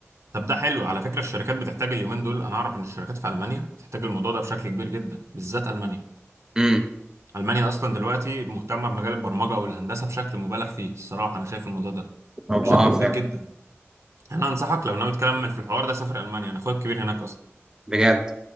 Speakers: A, on the right (about 80°); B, on the right (about 15°).
A: طب ده حلو على فكرة الشركات بتحتاج اليومين دول أنا أعرف إن الشركات في ألمانيا بتحتاج الموضوع ده بشكل كبير جدا بالذات ألمانيا
B: امم
A: ألمانيا أصلا دلوقتي مهتمة بمجال البرمجة والهندسة بشكل مبالغ فيه الصراحة أنا شايف الموضوع ده
B: طب
A: بشكل
B: اه
A: كبير
B: فعلا
A: جدا أنا أنصحك لو ناوي تكمل في الحوار ده سافر ألمانيا أنا أخويا الكبير هناك أصلا
B: بجد